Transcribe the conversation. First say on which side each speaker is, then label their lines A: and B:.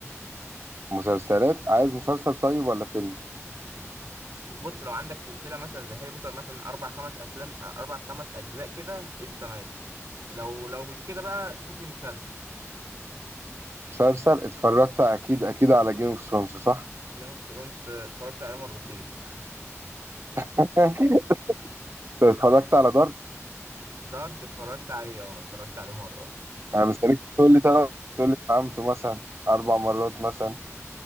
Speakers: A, on the right; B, on the right.
A: مسلسلات عايز مسلسل طيب ولا فيلم؟
B: بص لو عندك سلسلة مثلا زي هاري بوتر مثلا اربع خمس افلام اربع خمس اجزاء كده قشطة ماشي لو لو مش كده بقى شوف لي مسلسل
A: مسلسل اتفرجت أكيد أكيد على جيم اوف ثرونز صح؟
B: جيم اوف ثرونز اتفرجت عليه مرتين
A: <laughs> انت اتفرجت على دارك
B: دارك اتفرجت عليه اه اتفرجت عليه مرة
A: انا مستنيك تقول لي تلات تقول لي فهمته مثلا اربع مرات مثلا